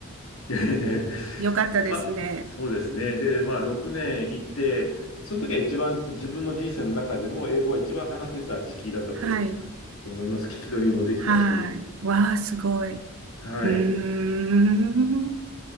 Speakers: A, on the left; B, on the right.
A: <laughs> ええ
B: い。よかったですね。
A: まあ、そうですね。で、まあ、6年いて、その時は一番自分の人生の中でも英語が一番話せた時期だったと
B: はい。
A: 思います。聞き取りもできたし。
B: はい。わあ、すごい。う
A: はい。
B: ーん。